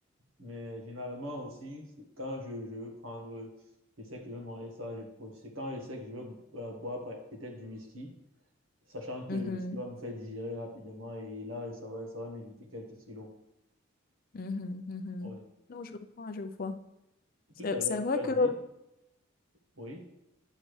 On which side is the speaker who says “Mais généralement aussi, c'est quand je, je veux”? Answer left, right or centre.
Right